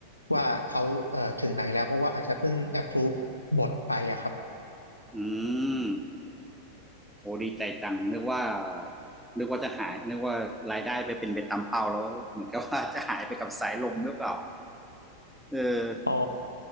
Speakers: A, on the left; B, in the centre.
A: ว่าเขาเอ่อถึงไหนแล้วเพราะว่าอาจจะเพิ่ง approve บทไปอะครับ
B: อืมโอ้ดีใจจังนึกว่านึกว่าจะหายนึกว่ารายได้ไปเป็นไปตามเป้าแล้วเหมือนกับว่าจะหายไปกับสายลมหรือเปล่าเออ
A: อ๋อ